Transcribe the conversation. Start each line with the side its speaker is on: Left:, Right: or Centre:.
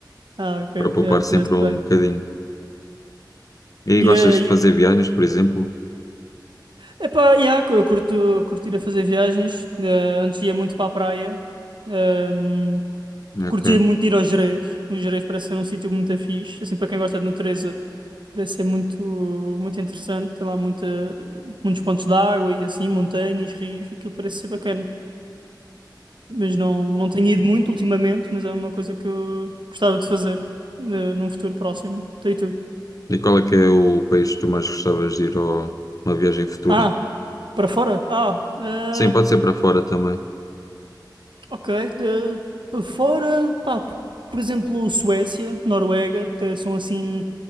Right: Ah, ok,
Left: para poupar
Right: já
Left: sempre
Right: fizeste
Left: um
Right: bem.
Left: bocadinho. E aí
Right: Yeah,
Left: gostas de
Right: yeah.
Left: fazer viagens, por exemplo?
Right: Epá, yeah, eu curto, curto ir a fazer viagens. eh, antes ia muito para a praia. Ehm,
Left: Ok.
Right: Curtia muito ir aos Gerês. Os Gerês parece ser um sítio muito fixe. Assim, para quem gosta de natureza, parece ser muito, muito interessante. Tem lá muita, muitos pontos de água e assim, montanhas, rios. Aquilo parece ser bacana. Mas não, não tenho ido muito ultimamente, mas é uma coisa que eu gostava de fazer eh, num futuro próximo. Então, e tu?
Left: E qual é que é o país que tu mais gostavas de ir a uma viagem futura?
Right: Ah, para fora? Ah, eh,
Left: Sim, pode ser para fora também.
Right: ok. eh, para fora, pá, por exemplo, Suécia, Noruega, até são assim.